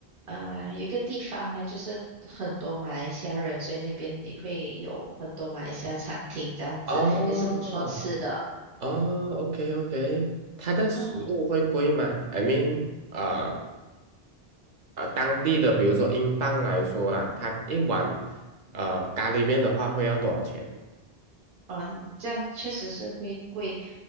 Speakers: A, on the right; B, on the right.
A: 呃有一个地方还就是很多马来西亚人，所以那边你会有很多马来西亚餐厅这样子，
B: 哦
A: 也是不错吃的。
B: 哦，OK OK，它的食物会贵吗？I
A: 嗯，
B: mean，啊、呃当地的，比如说英镑来说啦，它一碗呃咖喱面的话会要多少钱？
A: 嗯，这样确实是会贵。